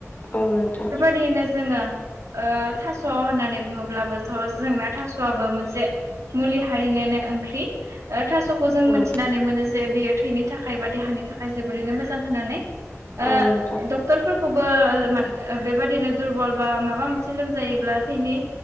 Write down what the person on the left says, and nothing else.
औ नोंथां।
ओम
औ नोंथां